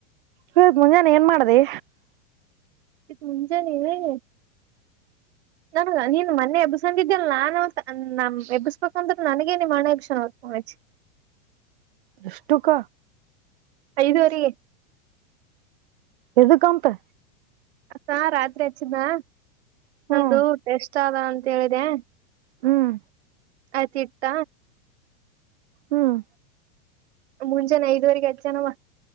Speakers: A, on the right (about 45°); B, on the right (about 60°).
A: ಹ <unintelligible> ಮನೇಲಿ ಏನ್ ಮಾಡಿದೀ
B: <unintelligible> ಮುಂಚ <unintelligible> ನನ ನೀನ್ ಮೊನ್ನೆ ಎಬ್ಬಿಸಂದಿದ್ದಲ್ ನಾನನ್ ಅವ ನಮ್ ಎಬ್ಬಸ್ಬೇಕಂತ್ರ ನನಗೇ ನಿ ಮನೆ <unintelligible> <unintelligible>
A: ಅಷ್ಟುಕ
B: ಐದುವರೆಗೆ
A: ಎದುಕಂತೆ
B: ಅತಾ ರಾತ್ರಿ ಹಚ್ಚಿದ
A: ಹ್ಮ್
B: ನಂದು ಟೆಸ್ಟಾದ ಅಂತ ಹೇಳಿದೆ
A: ಹ್ಮ್
B: ಆಯ್ತು ಇಟ್ಟ
A: ಹ್ಮ್
B: ಮುಂಜಾನೆ ಐದುವರೆಗೆ ಹಚ್ಚಾನವ